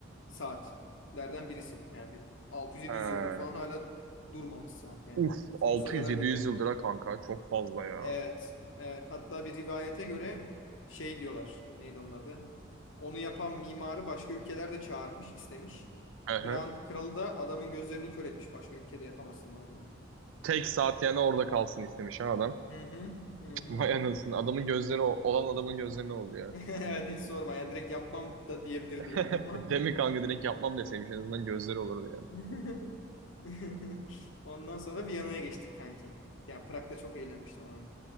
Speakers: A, on the left; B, on the right.
A: saatlerden birisi. Yani bir 600-700
B: Ee,
A: yıldır falan hala durmamış saat yani
B: uf
A: sonsuza
B: 600-700
A: kadar gidiyor.
B: yıldır ha kanka çok fazla ya.
A: Evet, evet hatta bir rivayete göre şey diyorlar neydi onun adı? Onu yapan mimarı başka ülkeler de çağırmış istemiş.
B: Aha.
A: Kral, kralı da adamın gözlerini kör etmiş başka ülkede yapamasınlar diyor.
B: Tek saat yani orada kalsın istemiş ha adam.
A: Hı hı,
B: <laughs>
A: hı
B: Cık,
A: hı.
B: Vay anasını. Adamın gözleri o- olan adamın gözleri ne oldu ya?
A: <laughs> Evet hiç sorma yani direkt yapmam da diyebilirdi
B: <laughs>
A: yani ama.
B: Demin kanka direkt yapmam deseymiş en azından gözleri olurdu yani.
A: <laughs> <laughs> Ondan sonra Viyana'ya geçtik kanki. Ya Prag'da çok eğlenmiştim abi.